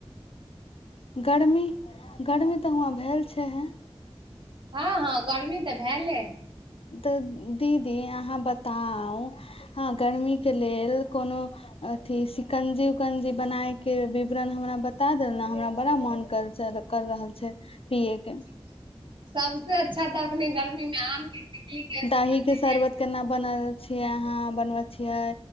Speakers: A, on the left (about 65°); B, on the right (about 50°).
A: गर्मी गर्मी तऽ हवँ भेल छैे
B: हँ हँ गर्मी तऽ भेले हय
A: दऽ दीदी अहाँ बताउ हँ गर्मीके लेल कोनो अथि शिकंजी उकंजी बनायके विवरण हमरा बता देल नऽ हमरा बड़ा मन कर छल कर रहल छै पियए के
B: सबस अच्छा तऽ अखनी गर्मी मे आम के टिकली के शिकंजी
A: दही शरबत केना बनल छियै अहाँ बनबै छियै